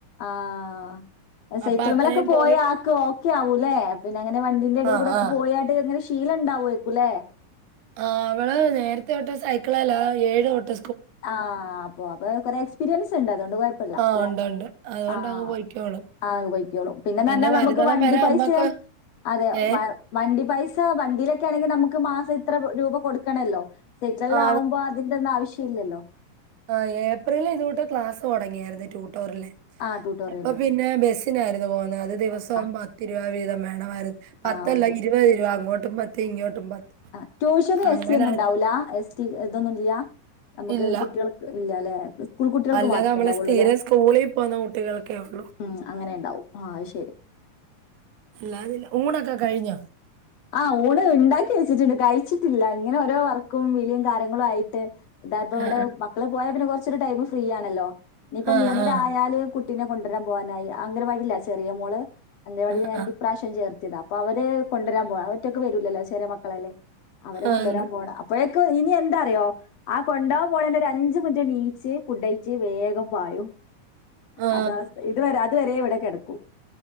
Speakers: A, on the left (about 65°); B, on the right (about 70°).
A: ആഹ് സൈക്കിളമ്മലൊക്കെ
B: അപ്പൊ അത്രയും
A: പോയ
B: പോയിട്ട്
A: ആക്ക് ഓക്കെ ആവൂല്ലെ പിന്നങ്ങനെ വണ്ടിന്റെ ഇടയി
B: ആഹ്,
A: കൂടെക്കെ
B: ആഹ്.
A: പോയാണ്ട്ങ്ങനെ ശീലണ്ടാവോര്ക്കുലേ
B: ആഹ് അവള് നേരത്തെ ഒട്ട് സൈക്കിളേലാ ഏഴ് ഒട്ട്
A: ആഹ് അപ്പൊ അപ്പൊ കൊറെ എക്സ്പീരിയൻസ്ണ്ട് അതുകൊണ്ട് കൊഴ് പ്പല്ല
B: ആ
A: ലേ
B: ഉണ്ട്, ഉണ്ട്. അതുകൊണ്ടങ്ങ്
A: ആഹ്
B: പൊയ്ക്കോളും.
A: അത് പൊഴ്ക്കോളും പിന്നന്ന്റഞ്ഞാ
B: പിന്നെ മരുന്നടം
A: നമുക്ക് വണ്ടി
B: വരെ
A: പൈസയും
B: അമ്മക്ക്
A: അതെ
B: ഏ
A: വ വണ്ടി പൈസ വണ്ടിയിലൊക്കെ ആണെങ്കിൽ നമുക്ക് മാസം ഇത്ര രൂപ കൊടുക്കണല്ലോ കിച്ചൺല്
B: ആ,
A: ആവുമ്പോ അതിന്റൊന്നും ആവശ്യ ഇല്ലല്ലോ
B: ആഹ് ഏപ്രിലിൽ ഇതൊട്ട് ക്ലാസ്സ് തുടങ്ങിയായിരുന്നു ട്യൂട്ടോറിലെ
A: ആ ട്യൂട്ടോറിയല്
B: അപ്പൊ പിന്നെ ബെസ് സിനായിരുന്നു പോകുന്നത് അത് ദിവസം
A: ആ
B: പത്ത് രൂപ വീതം വേണമായിരുന്നു പത്തല്ല
A: ആ അതെ.
B: ഇരുപത് രൂപ അങ്ങോട്ടും പ ത്ത് ഇങ്ങോട്ടും പത്ത്
A: ആഹ് ട്യൂഷന്
B: അങ്ങനെ
A: എസ് സി ഒന്നും ഉണ്ടാവൂല എസ് ടി ഇതൊന്നുല്ല നമുക്ക്
B: ഇല്ല
A: കുട്ടികള് ഇല്ലലേ സ്കൂൾകുട്ടികൾക്ക്
B: അല്ലാതെ
A: മാത്രേ
B: നമ്മള്
A: ഉണ്ടാവുള്ളൂലെ
B: സ്ഥിരം സ്കൂളിൽ പോകുന്ന കുട്ടികൾക്കേ ഉള്ളൂ
A: ഉം അങ്ങനെയ്ണ്ടാവും ആ അഹ് ശെരി
B: ഇല്ല അതില്ല ഊണൊക്കെ കഴിഞ്ഞോ?
A: ആ ഊണ് ഉണ്ടാക്കി വെച്ചിട്ടുണ്ട് കഴിച്ചിട്ടില്ല ഇങ്ങനെ ഓരോ വർക്കും വിളിയും കാര്യങ്ങളും ആയിട്ട് ഇതാ ഇപ്പ ഇവിടെ
B: ആ
A: മക്കള് പോയാ പിന്നെ കൊറച്ചൊരു ടൈം ഫ്രീ ആണല്ലോ ഇനിയിപ്പ
B: ആ ആ
A: മൂന്നര
B: ആ
A: ആയാല് കുട് കുട്ടിനെ കൊണ്ടരാൻ പോവാനായി അംഗരവാടീലാ ചെറിയ മോള് അംഗരവാടിൽ
B: ആ
A: ഞാൻ
B: ആ
A: ഇപ്രാവശ്യം ചേർത്തിയത അപ്പൊ അവര് കൊണ്ടുരാൻ പോവാ അവറ്റൊക്കെ വരൂല്ലല്ലോ ചെറിയ മക്കളല്ലേ അവരെ
B: ആന്ന്.
A: കൊണ്ടുവരാൻ പോണം അപ്പൊഴേക്ക് ഇനി എന്താറിയോ ആ കൊണ്ടോവാൻ പോണേന്റെ ഒരു അഞ്ച് മിനിറ്റ് നീച്ച് ഫുഡഴച്ച് വേഗം പായും
B: ആ
A: അതാവസ്ഥ ഇതുവരെ അതുവരെ ഇവിടെ കെടക്കും